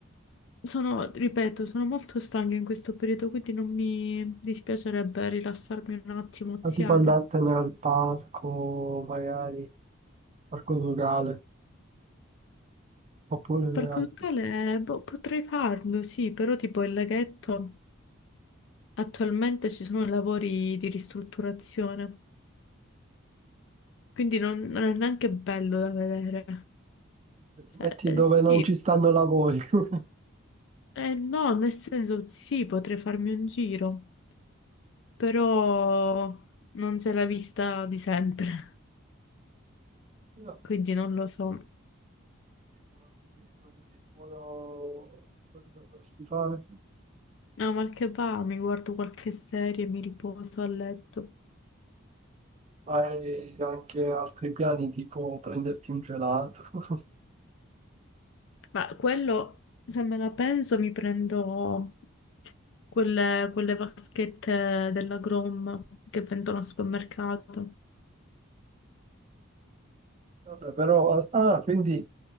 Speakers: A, on the left (about 60°); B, on the right (about 30°).
A: sono, ripeto, sono molto stanca in questo periodo, quindi non mi dispiacerebbe rilassarmi un attimo, oziare.
B: Ma tipo andartene al parco, magari, parco locale, oppure
A: Per conto
B: al-
A: tale, boh, potrei farlo, sì, però tipo il laghetto, attualmente ci sono lavori di ristrutturazione, quindi non, non è neanche bello da vedere.
B: ti
A: Cioè,
B: metti
A: eh,
B: dove
A: sì,
B: non ci stanno lavori. <laughs>
A: eh, no, nel senso, sì, potrei farmi un giro, però non c'è la vista di sempre.
B: No,
A: Quindi non lo so.
B: non so se è buono quello che potresti fare.
A: No, mal che va, mi guardo qualche serie, mi riposo a letto.
B: Hai anche altri piani, tipo prenderti un gelato. <laughs>
A: Ma quello, se me la penso, mi prendo quelle, quelle vaschette della Grom che vendono al supermercato.
B: Vabbè, però, ah, quindi